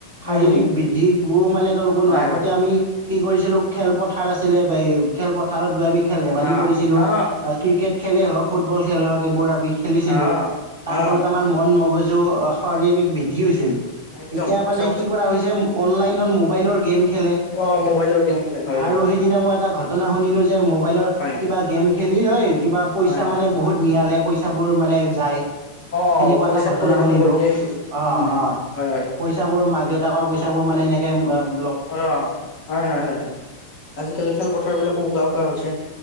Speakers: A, on the right; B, on the left.
A: শাৰীৰিক
B: উম
A: বৃদ্ধি বহু মানে <unintelligible>
B: হয়
A: আগতে
B: হয়
A: আমি কি কৰিছিলোঁ খেলপথাৰ আছিলে, খেলপথাৰত গৈ আমি খেল ধেমালি
B: অ
A: কৰিছিলোঁ
B: অ
A: ক্ৰিকেট। খেলে হওক ফুটবল খেল হোৱাৰ এইবোৰ আদি <unintelligible> খেলিছিলো।
B: অ
A: তাৰ
B: অ
A: ফলত আমাৰ মন মগজ য' শাৰীৰিক বৃদ্ধি হৈছিল।
B: একদম
A: এতিয়া
B: সঁচা
A: মানে
B: কথা
A: কি কৰা হৈছে অনলাইনত মোবাইলৰ গেম খ খেলে,
B: অ মোবাইলৰ গেম খেলে হয়
A: আৰু
B: হয়
A: সেইদিনা মই এটা ঘটনা শুনিলোঁ যে মোবাইলৰ
B: হয়
A: কিবা গেম <unintelligible> মানে
B: হয় হয়
A: বহুত নিয়ালে পইচাবোৰ মানে যায়।
B: অ
A: সেনেকুৱা
B: পইচাত
A: এটা ঘটনা
B: পৰিণত
A: শুনিলো
B: কৰি দিয়ে সেইটো
A: অ
B: উম হম
A: অ
B: হয় হয়
A: পইচাবোৰ মাক দেউতাকৰ পইচাবোৰ মানে এ এম ভৰাম
B: অ হয় হয় হয় হয় আজিকালি খেলপথাৰ বিলাকো উকা উকা হৈছে